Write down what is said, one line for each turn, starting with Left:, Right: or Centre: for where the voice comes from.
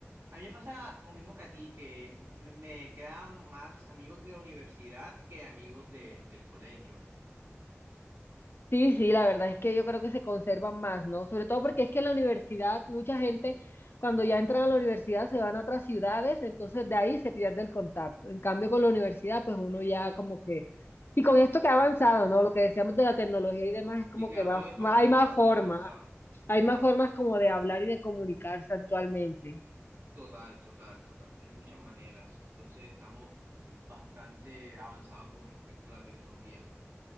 Right: A mí me pasa lo mismo que a ti, que me me quedan más amigos de la universidad que amigos de, del colegio.
Left: Sí, sí, la verdad es que yo creo que se conservan más, ¿no? Sobre todo porque es que en la universidad mucha gente cuando ya entran a la universidad se van a otras ciudades, entonces de ahí se pierde el contacto. En cambio con la universidad pues uno ya como que... Y con esto que ha avanzado, ¿no? Lo que decíamos de la tecnología y demás es como
Right: Sí, claro,
Left: que va,
Right: todo esto avanzado,
Left: hay más formas,
Right: todo eso avanzado.
Left: hay más formas como de hablar y de comunicarse actualmente.
Right: Total, total, total. Hay muchas maneras. Entonces estamos bastante avanzados con respecto a la tecnología.